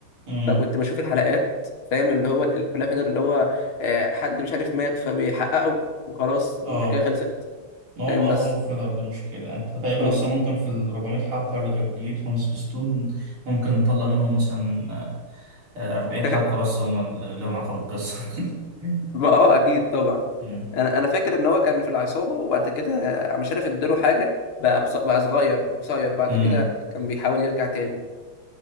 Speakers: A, on the right; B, on the left.
A: أمم.
B: فكنت بشوف الحلقات فاهم اللي هو ال- كلها فيلر اللي هو آه، حد مش عارف مات فبيحققه وخلاص
A: اه
B: الحكايه خلصت
A: ما هو
B: فاهم
A: معظمه
B: بس
A: فيلر دي مشكلة انت تقريبا
B: مم.
A: اصلا ممكن في ال 400 حلقة اللي تبليتهم سبيستون ممكن نطلع منهم مثلا آه، 40
B: <laughs>
A: حلقة بس هم اللي لهم علاقة بالقصة <laughs>
B: ما اه اكيد طبعا
A: مم.
B: انا انا فاكر ان هو كان في العصابه وبعد كده آه، مش عارف اداله حاجه بقى قص- بقى صغير قصير بعد
A: مم.
B: كده كان بيحاول يرجع تاني